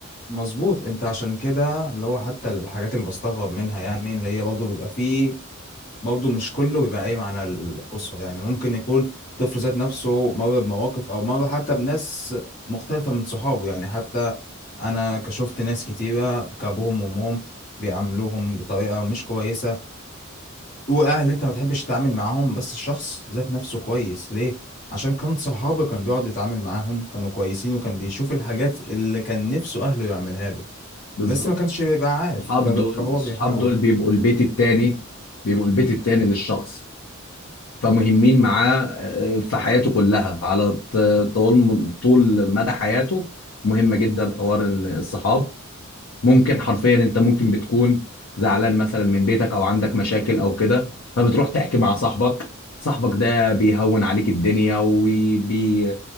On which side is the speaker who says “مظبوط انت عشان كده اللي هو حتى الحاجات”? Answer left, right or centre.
Left